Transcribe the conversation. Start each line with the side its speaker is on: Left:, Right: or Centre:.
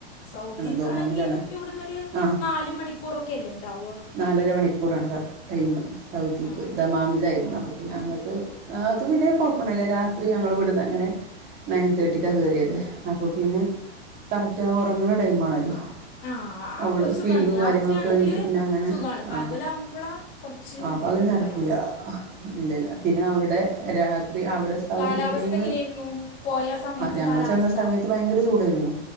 Left: സൗദീൽക്കാണെങ്കി
Right: ദോമാമിലാണ്
Left: ഇവിടന്നൊരു
Right: ആ
Left: നാല് മണിക്കൂറൊക്കെല്ലേ ഇണ്ടാവ
Right: നാലര മണിക്കൂറാണ് ടൈമ് സൗദിക്ക്
Left: ആ
Right: ദമാമിലായിരുന്നു
Left: ആ
Right: അപ്പൊ പിന്നെ അങ്ങട്ട് അത് പിന്നെ കുഴപ്പണ്ടായില്ല രാത്രി ഞങ്ങള് ഇവിടുന്ന് അങ്ങനെ ണയൻ തേർട്ടിക്ക കേറിയത് അപ്പൊ പിന്നെ കറക്റ്റാ ഒറങ്ങണ ടൈമാണല്ലോ
Left: ആ ആ
Right: അവള്
Left: അപ്പോൾ സുഖമാണ്
Right: ഫീഡിങ്ങും
Left: രാത്രിയാണെങ്കിൽ
Right: കാര്യങ്ങളൊക്കെ കഴിഞ്ഞിട്ട് പിന്നെ അങ്ങനെ
Left: സുഖമാണ്
Right: ആ
Left: പകലാകുമ്പോഴാണ് കുറച്ച്
Right: ആ പകല്
Left: ഇത്
Right: നടക്കൂല
Left: പ്രയാസം
Right: ഇല്ലല്ല പിന്നെ അവിടെ രാ ത്രി അവിടെ സൗദി
Left: കാലാവസ്ഥ
Right: ടൈമ്
Left: എങ്ങനെയായിരുന്നു പോയ സമയത്തെ
Right: ഞങ്ങള്
Left: കാലാവസ്ഥ
Right: ചെന്ന സമയത്ത് ഭയങ്കര ചൂടായിരുന്നു